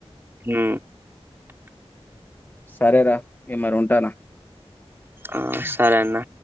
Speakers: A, on the right; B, on the left.
A: ఊ
B: సరేరా ఏ మరి ఉంటానా
A: ఆ సరే అన్న